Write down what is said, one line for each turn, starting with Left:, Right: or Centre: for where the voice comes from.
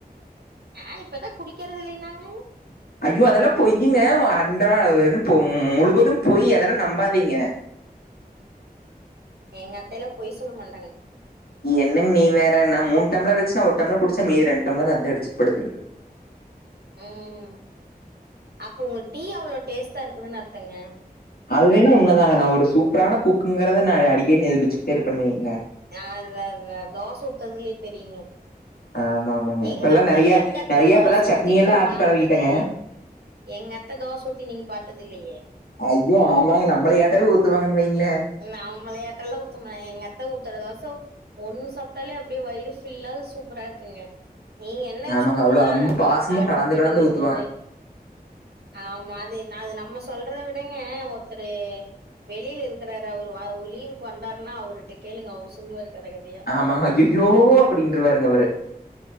Right: ஆ இப்பதா குடிக்றது இல்லின்னாங்க
Left: ஐயோ அதெல்லா பொய்யுங்க அன்றா என்ன சுகம் முழுவது பொய் அதெல்லா நம்பாதீங்க
Right: எங்க அத்தையல்லா பொய் சொல்ல மாட்டாங்க
Left: என்னங்க நீ வேற நா மூணு டம்ளர் வச்சுன்னா ஒரு டம்ளர் குடிச்ச மீதி ரெண்டு டம்ளர் அதா அடிச்ட்டு படுத்துருக்குது
Right: ம் அப்ப உங்க டீ அவ்ளோ டேஸ்டா இருக்குதுன்னு அர்த்தங்க
Left: அதுவேண்ணா உண்ம தாங்க நா ஒரு சூப்பரான குக்குங்றத நா அடிக்கடி நிரூபிச்சுக்கிட்டே இருப்பேனு வைங்களே
Right: ஆ அத அத தோச உத்ரதுலயே தெரியுங்க
Left: ஆமா ஆமாங்க
Right: எங்கத்தா
Left: இப்பெல்லா நெறைய
Right: எங்கத்த
Left: நெறைய
Right: தோச
Left: இப்பெல்லா சட்னி
Right: ஊத்தி நீங்க
Left: எல்லா ஆட்டி
Right: பாத்தது
Left: பழவிட்டேங்க
Right: இல்லியே எங்க அத்த தோச ஊத்தி நீங்க பா்த்தது இல்லியே
Left: ஐயோ ஆமாங்க நம்ளயாட்டாவே ஊத்துவாங்கன்னு வைங்ளே
Right: நம்மலையாட்டல்லா ஊத்துமா எங்க அத்த ஊத்துர தோச ஒண்ணு சாப்ட்டாலே அப்டியே வயிறு ஃபில்லா சூப்பரா இருக்குங்க நீங்க என்ன
Left: ஆமாங்க
Right: சும்மா
Left: அவ்ளோ அன்பு பாசமு
Right: அடுப்புகிட்ட
Left: கலந்து கலந்து
Right: நின்னுட்டு
Left: ஊத்துவாங்க
Right: ஆமா அது அது நம்ம சொல்றத விடங்க ஒருத்தர் வெளியில இருக் இருக்குறாரு அவரு லீவுக்கு வந்தாருன்னா அவருட்ட கேளுங்க அவர் சொல்லுவாரு கத கதையா
Left: ஆமாங்க அய்யய்யோ அப்படின்ருவாருங் அவரு